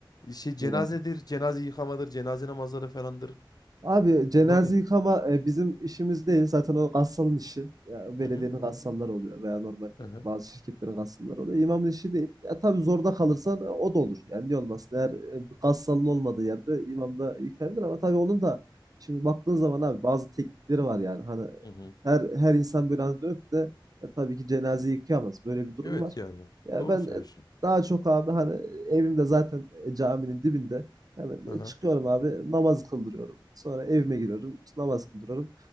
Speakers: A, on the left (about 50°); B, on the right (about 45°).
A: e, şey cenazedir,
B: Buyur abi.
A: cenaze yıkamadır, cenaze namazları falandır.
B: Abi cenaze
A: Bunlar da.
B: yıkama e, bizim işimiz değil. Zaten o gassalın işi. Ya, belediyenin
A: Hı hı.
B: gassalları oluyor veya normal e,
A: Hı hı.
B: bazı şirketlerin gassalları oluyor. İmamın işi değil. Ya tabii zorda kalırsan e, o da olur. Yani niye olmasın? Eğer e, bir gassalın olmadığı yerde imam da yıkayabilir ama tabii onun da şimdi baktığın zaman abi bazı teknikleri var yani. Hani
A: Hı hı.
B: her her insan böyle hani dönüp de e, tabii ki cenaze yıkayamaz. Böyle bir durum
A: Evet
B: var.
A: yani
B: Ya
A: doğru
B: ben
A: söylüyorsun.
B: e, daha çok abi hani evimde zaten e, caminin dibinde Evet,
A: Aha.
B: e, çıkıyorum abi, namaz kıldırıyorum. Sonra evime giriyorum, işte namaz kıldırıyorum.